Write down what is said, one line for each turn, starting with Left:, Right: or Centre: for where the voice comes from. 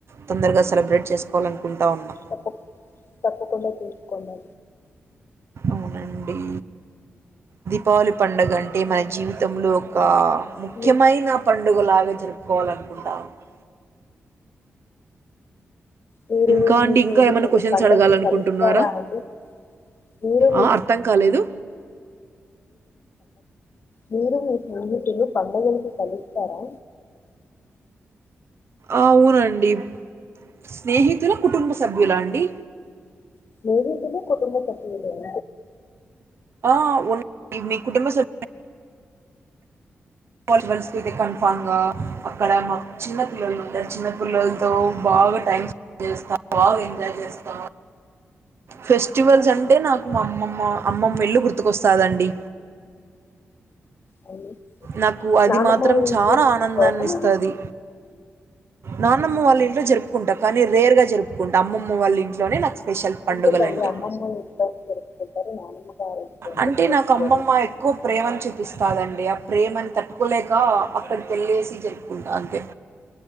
Right: తొందరగా సెలబ్రేట్ చేసుకోవాలను కుంటా ఉన్నా
Left: తప్ప తప్పకుండా చేసుకోండి
Right: అవునండి దీపావళి పండగ అంటే మన జీవితంలో ఒక ముఖ్యమైనా
Left: మీ-
Right: పం ండుగులాగా జరుపుకోవాలనుకుంటా ఉన్నా
Left: మీరు
Right: ఇంకా
Left: మీ
Right: అండి
Left: స్నేహితులు
Right: ఇంకా ఏమైనా క్వొశ్చన్స్
Left: పండగకి
Right: అడగాల అనుకుంటున్నారా
Left: కలుస్తారా అండి మీరు మీ
Right: ఆ అర్థం కాలేదు
Left: మీరు మీ స్నేహితులు పండుగలకి కలుస్తారా
Right: అవునండి స్నేహితుల కుటుంబ సభ్యుల అండి
Left: స్నేహితులు కుటుంబ సభ్యులు <inaudible>
Right: ఆ ఉన కుటుంబ స <unintelligible> కన్ఫామ్ గా అక్కడ మా చిన్న పిల్లలు ఉంటారు చిన్న పిల్లలతో బాగా టైం చేస్తాం బాగ ఎంజాయ్ చేస్తాం ఫెస్టివల్స్ అంటే నాకు మాఅమ్మమ అమ్మమ్మ ఇళ్ళు గుర్తుకొస్తాదండి
Left: అవును
Right: నాకు అది
Left: నానమ్మ
Right: మాత్రం
Left: ఇంట్లో
Right: చానా
Left: చేసుకోరా
Right: ఆనందాన్ని ఇస్తాది
Left: మీరు
Right: నాన్నమ్మ వాళ్ళ ఇంట్లో జరుపుకుంటా కానీ రెర్ గా జరుపుకుంటావ అమ్మమ్మ వాళ్ళ ఇంట్లోనే నాకు స్పెషల్ పండుగలండి
Left: ఎందుకండి అమ్మమ్మ ఇంట్లోనే జరుపుకుంటారు నానమ్మ గారి ఇంట్లో ఎందుకు
Right: అంటే
Left: జరుపుకోరు
Right: నాకు అమ్మమ్మ ఎక్కువ ప్రేమను చూపిస్తాదండి ప్రేమని తట్టుకోలేక అక్కడికి వెళ్లేసి జరుపుకుంటా అంతే